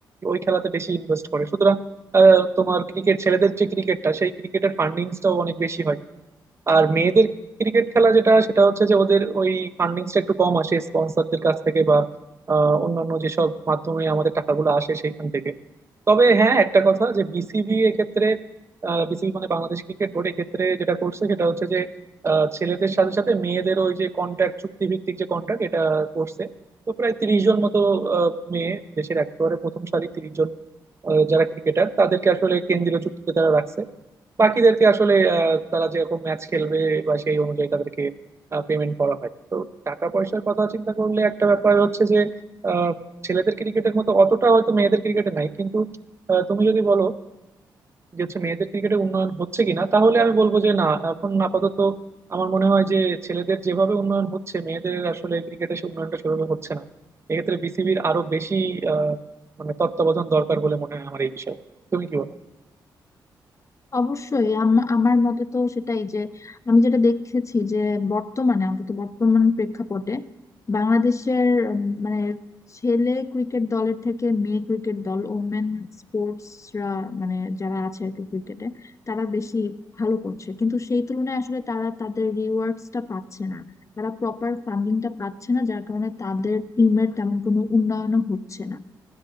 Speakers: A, on the right (about 30°); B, on the left (about 35°).
A: ওই খেলাতে বেশি ইনভেস্ট করে আহ, তোমার ক্রিকেট ছেলেদের যে ক্রিকেটটা সেই ক্রিকেটের ফান্ডিংসটাও অনেক বেশি হয় আর মেয়েদের ক্রিকেট খেলা যেটা সেটা হচ্ছে যে ওদের ওই ফান্ডিংসটা একটু কম আসে স্পন্সরদের কাছ থেকে বা আহ, অন্যান্য যেসব মাধ্যমে আমাদের টাকাগুলো আসে সেইখান থেকে তবে হ্যাঁ একটা কথা যে বিসিবি এক্ষেত্রে বিসিবি মানে বাংলাদেশ ক্রিকেট বোর্ড এক্ষেত্রে যেটা করছে সেটা হচ্ছে যে আহ, ছেলেদের সাথে সাথে মেয়েদের ওই যে কন্ট্রাক্ট চুক্তি ভিত্তিক যে কন্ট্রাক্ট এটা করছে তো প্রায় তিরিশ জন মতো আহ, মেয়ে দেশের একেবারে প্রথম সারি তিরিশ জন আহ, যারা ক্রিকেটার তাদেরকে আসলে কেন্দ্রীয় চুক্তিতে তারা রাখছে বাকিদেরকে আসলে আহ, তারা যেরকম ম্যাচ খেলবে বা সেই অনুযায়ী তাদেরকে পেমেন্ট করা হয় তো টাকা পয়সার কথা চিন্তা করলে একটা ব্যাপার হচ্ছে যে আহ, ছেলেদের ক্রিকেটের মতো অতটা হয়তো মেয়েদের ক্রিকেটে নাই কিন্তু আহ, তুমি যদি বলো যে হচ্ছে মেয়েদের ক্রিকেটে উন্নয়ন হচ্ছে কিনা তাহলে আমি বলবো যে না এখন আপাতত আমার মনে হয় যে ছেলেদের যেভাবে উন্নয়ন হচ্ছে মেয়েদের আসলে ক্রিকেটে সে উন্নয়নটা সেভাবে হচ্ছে না এক্ষেত্রে বিসিবির আরো বেশি আহ, মানে তত্ত্বাবধান দরকার বলে মনে হয় আমার এই বিষয়ে তুমি কি বলো
B: অবশ্যই আম- আমার মতে তো সেটাই যে আমি যেটা দেখেছি যে বর্তমানে অন্তত বর্তমান প্রেক্ষাপটে বাংলাদেশের উম, মানে ছেলে ক্রিকেট দলের থেকে মেয়ে ক্রিকেট দল ওমেন স্পোর্টসরা মানে যারা আছে আর কি ক্রিকেটে তারা বেশি ভালো করছে কিন্তু সেই তুলনায় আসলে তারা তাদের রিওয়ার্ডসটা পাচ্ছে না তারা প্রপার ফান্ডিংটা পাচ্ছে না যার কারণে তাদের টিমের তেমন কোনো উন্নয়নও হচ্ছে না